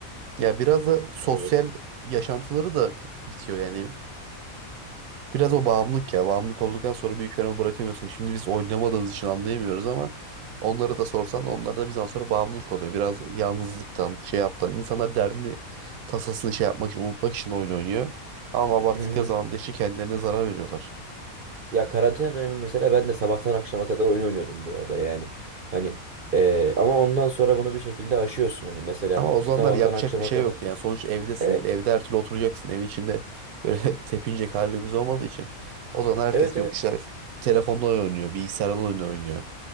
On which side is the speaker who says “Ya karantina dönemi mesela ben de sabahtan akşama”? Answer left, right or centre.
Right